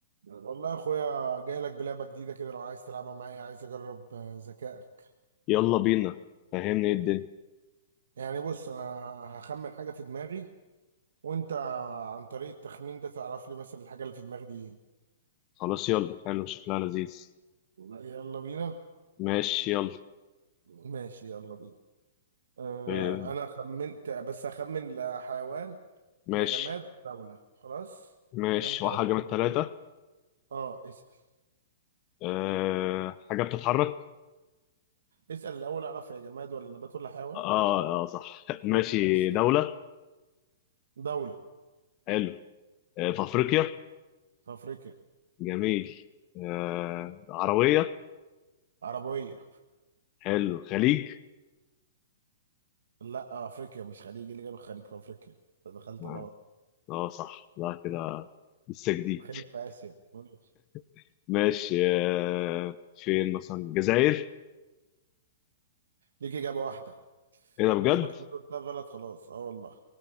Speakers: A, on the right; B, on the left.
A: والله يا اخويا جاي لك بلعبه جديده كده لو عايز تلعبها معايا عايز اجرب آه، ذكائك
B: يلا بينا فهمني ايه الدنيا
A: يعني بص انا هخمن حاجه في دماغي وانت عن طريق التخمين ده تعرف لي مثلا الحاجه اللي في دماغي دي
B: خلاص يلا حلو شكلها لذيذ
A: ايه والله حلو يلا بينا
B: ماشي يلا
A: ماشي يلا بينا آه
B: آه،
A: انا خمنت بس هخمن لا حيوان
B: ماشي
A: لا جماد لا دولة خلاص
B: ماشي
A: حاجه من الثلاثه
B: واحد من
A: دول
B: التلاتة
A: يلا اه اسال
B: أه حاجة بتتحرك
A: اسال الاول اعرف يا جماد ولا نبات ولا حيوان
B: اه اه صح <laughs> ماشي
A: اسال اسال.
B: دولة
A: دوله <coughs>
B: حلو أه في أفريقيا
A: في افريقيا
B: جميل أه عربية
A: عربيه
B: حلو خليج
A: لا افريقيا مش خليج إيه اللي جاب الخليج في افريقيا انت دخلت
B: نعم.
A: غلط
B: اه صح لا كده لسه جديد
A: خليج في اسيا ماشي،
B: <laughs> ماشي آه، فين مثلا الجزائر
A: ليك اجابه واحده
B: ايه ده بجد
A: جابك مره اتنين غلط خلاص اه والله